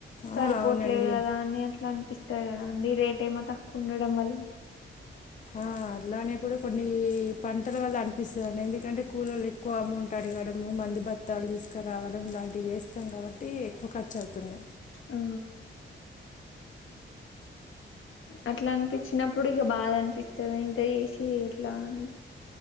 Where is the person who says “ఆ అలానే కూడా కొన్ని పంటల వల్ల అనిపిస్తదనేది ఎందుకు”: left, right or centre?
Left